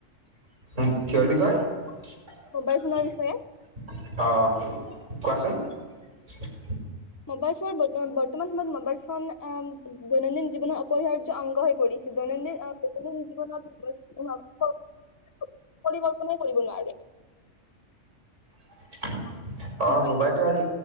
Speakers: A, on the right (about 70°); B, on the left (about 20°).
A: উম কিহৰ বিষয়ে?
B: মোবাইল ফোনৰ
A: অঅঅ
B: বিষয়ে।
A: কোৱাচোন টিনিনুনি ছিট্
B: মবাইল ফন <unintelligible> বৰ্তমান সময়ত মোবাইল অম ফোন দৈনন্দিন জীৱনৰ অপৰিহাৰ্য অংগ হৈ পৰিছে দৈনন্দিন- -দৈনন্দিন জীৱনত <unintelligible> পৰিকল্পনাই কৰিব নোৱাৰে।
A: <unintelligible> অহ,
B: নহয়,
A: মোবাইলটো আজি